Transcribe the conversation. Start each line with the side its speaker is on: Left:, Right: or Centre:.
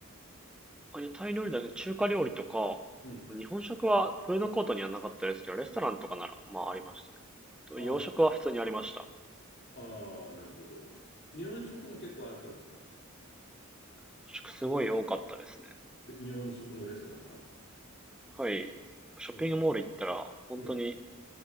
Centre: あ、屋台料理だけど中華料理とか、
Left: うん。
Centre: 日本食はフードコートにはなかったですけど、レストランとかなら、まあありましたね。と、
Left: ああ、
Centre: 洋食は普通にありました。
Left: ふああ、なるほど。日本食も結構あったんですか
Centre: 洋食すごい多かったですね。
Left: で日本食のレストランが
Centre: はい。ショッピングモール行ったら、
Left: うん、
Centre: 本当に
Left: うん、